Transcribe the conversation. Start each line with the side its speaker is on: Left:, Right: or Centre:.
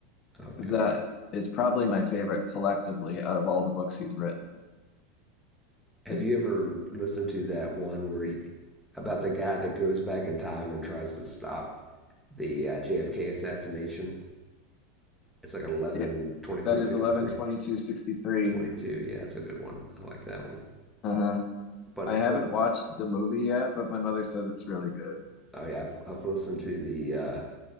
Centre: Okay.
Left: that is probably my favorite collectively out of all the books he's written.
Centre: Have
Left: Is
Centre: you ever listened to that one where he, about the guy that goes back in time and tries to stop the uh, JFK assassination? It's like eleven
Left: it
Centre: twenty three
Left: that is
Centre: sixty three
Left: twenty two sixty three
Centre: twenty two. Yeah, that's a good one. I like that one.
Left: Uh-huh.
Centre: But
Left: I haven't
Centre: one,
Left: watched the movie yet, but my mother says it's really good.
Centre: oh yeah, I've, I've listened to the uh,